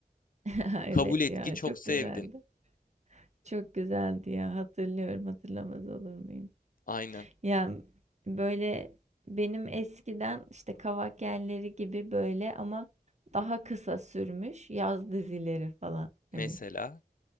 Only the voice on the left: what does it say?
Kabul et
ki çok
sevdim.
Aynen.
Mesela.